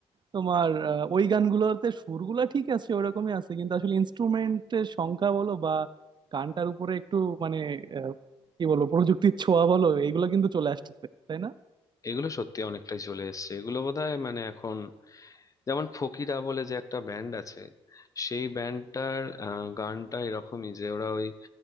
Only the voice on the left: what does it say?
এগুলো সত্যি অনেকটাই চলে এসেছে এগুলো বোধহয় মানে এখন যেমন ফকিরা বলে যে একটা ব্যান্ড আছে সেই ব্যান্ডটার গানটা এরকমই যে ওরা ওই